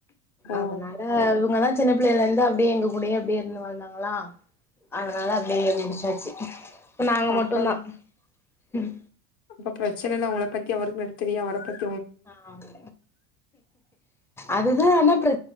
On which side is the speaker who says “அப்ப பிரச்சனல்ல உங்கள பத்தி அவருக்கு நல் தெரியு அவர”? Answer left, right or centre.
Left